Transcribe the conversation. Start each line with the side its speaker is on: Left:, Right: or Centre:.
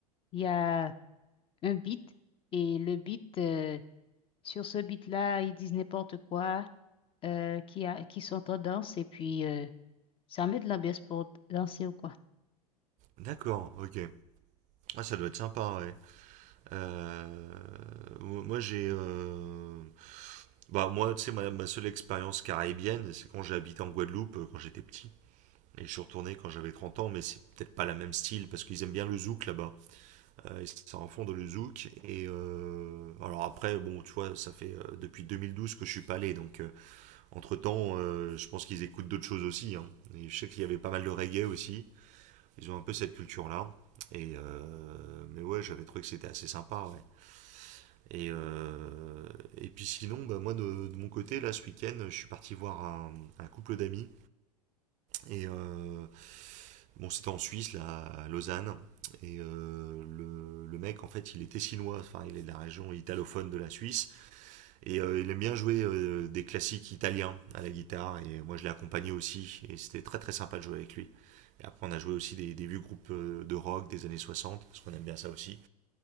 Left: Il y a un beat et le beat, euh, sur ce beat-là, ils disent n'importe quoi euh, qui a, qui sont en danse et puis euh, ça met de l'ambiance pour danser ou quoi.
Right: D'accord, ok. Ah, ça doit être sympa, ouais. Euh, mo- moi, j'ai. euh, Bah, moi, tu sais, ma, ma seule expérience caribéenne, c'est quand j'ai habité en Guadeloupe, euh, quand j'étais petit. Et je suis retourné quand j'avais 30 ans, mais c'est peut-être pas la même style, parce qu'ils aiment bien le zouk là-bas. Euh, et ça en fond de le zouk. Et euh, alors après, bon, tu vois, ça fait euh, depuis 2012 que je suis pas allé. Donc entre temps, je pense qu'ils écoutent d'autres choses aussi. hein. Et je sais qu'il y avait pas mal de reggae aussi. Ils ont un peu cette culture-là. Et euh, mais ouais, j'avais trouvé que c'était assez sympa. Ouais. Et, euh, et puis sinon, bah, moi de, de mon côté, là ce week-end, je suis parti voir un, un couple d'amis et euh, bon, c'était en Suisse, là, à Lausanne. Et euh, le, le mec, en fait, il était chinois. Enfin, il est de la région italophone de la Suisse. Et euh, il aime bien jouer euh, des classiques italiens à la guitare. Et moi, je l'ai accompagné aussi. Et c'était très, très sympa de jouer avec lui. Et après, on a joué aussi des, des vieux groupes euh, de rock des années 60, parce qu'on aime bien ça aussi.